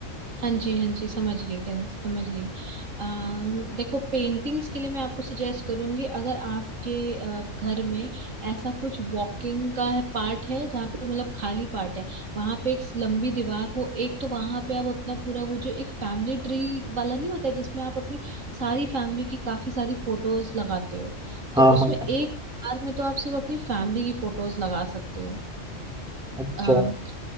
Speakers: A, on the right; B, in the centre.
A: हाँ जी हाँ जी समझ गई क्या समझ गई अम, देखो पेंटिंग्स के लिए मैं आपको सजेस्ट करूंगी अगर आपके अ, घर में ऐसा कुछ वॉकिंग का है पार्ट है जहाँ पे मतलब खाली पार्ट है वहां पे एक लंबी दीवार हो एक तो वहां पे आप अपना पूरा वो जो एक फैमिली ट्री वाला नहीं होता है जिसमें आप अपनी सारी फैमिली की काफी सारी फोटोज लगाते हो
B: हाँ
A: तो उसमें
B: हाँ
A: एक दीवार में तो आप सिर्फ अपनी फैमिली की फोटोज लगा सकते
B: अच्छा
A: हो